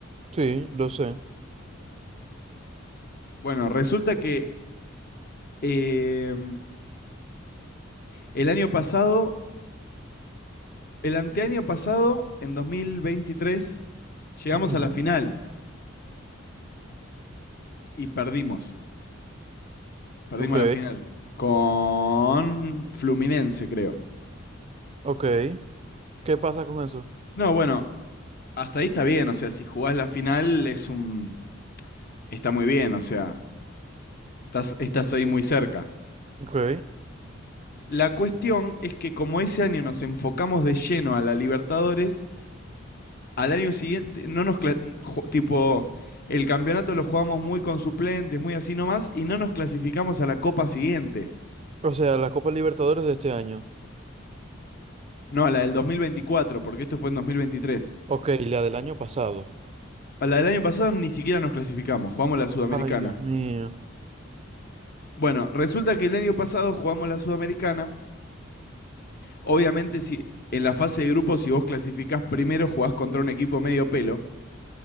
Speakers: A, on the right (about 30°); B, on the left (about 50°).
A: sí, lo sé.
B: Bueno, resulta que eh, el año pasado, el anteaño pasado, en 2023, llegamos
A: Ujú.
B: a la final y perdimos. Perdimos
A: Ok,
B: la final con Fluminense, creo.
A: ok. ¿Qué pasa con eso?
B: No, bueno, hasta ahí está bien, o sea, si jugás la final es un... Está muy bien, o sea, estás, estás ahí muy cerca.
A: Ok.
B: La cuestión es que como ese año nos enfocamos de lleno a la Libertadores, al año siguiente no nos cla- jo- tipo el campeonato lo jugamos muy con suplentes, muy así nomás y no nos clasificamos a la copa siguiente.
A: O sea, la Copa Libertadores de este año.
B: No, a la del 2024, porque esto fue en 2023.
A: Ok, y la del año pasado.
B: A la del año pasado ni siquiera nos clasificamos, jugamos la Sudamericana.
A: Ay, Dios mío.
B: Bueno, resulta que el año pasado jugamos la Sudamericana. Obviamente si en la fase de grupos si vos clasificás primero jugás contra un equipo medio pelo.